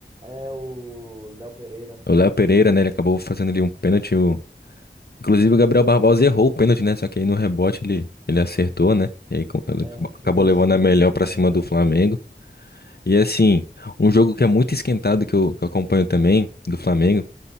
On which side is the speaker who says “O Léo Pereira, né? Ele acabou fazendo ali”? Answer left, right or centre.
Left